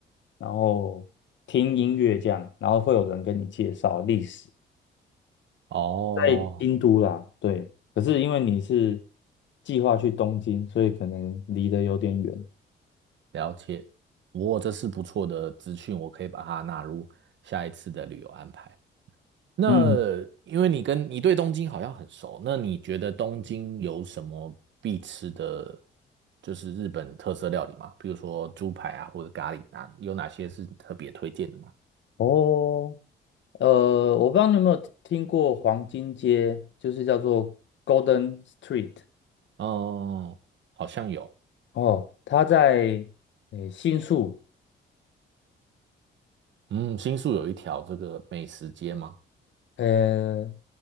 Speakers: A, on the left; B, on the right.
A: 然后听音乐这样，然后会有人跟你介绍历史，
B: 哦，
A: 在京都啦，对。可是因为你是计划去东京，所以可能离得有点远。
B: 了解。哇，这是不错的资讯，我可以把它纳入下一次的旅游安排。那因为你跟你对东京好像很熟，
A: 嗯，
B: 那你觉得东京有什么必吃的，就是日本特色料理吗？比如说猪排啊，或者咖喱啊，有哪些是特别推荐的吗？
A: 哦，呃，我不知道你有没有听过黄金街，就是叫做 Golden Street。
B: 哦，好像有。
A: 哦，它在呃新宿，
B: 嗯，新宿有一条这个美食街吗？
A: 呃，